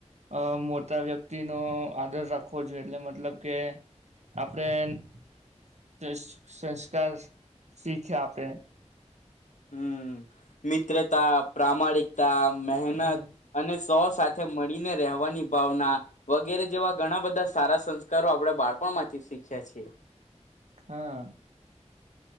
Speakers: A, on the right (about 65°); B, on the left (about 85°).
A: અ મોટા વ્યક્તિનો આદર રાખવો જોઈએ એટલે મતલબ કે આપણેે સંસ્કાર શીખ્યા આપણે.
B: હમ્મ, મિત્રતા, પ્રમાણિકતા મહેનત
A: હમ
B: અને સૌ સાથે મળીને રહેવાની ભાવના વગેરે જેવા ઘણા બધા સારા સંસ્કારો આપણે બાળપણ માંથી શીખ્યા છીએ
A: હા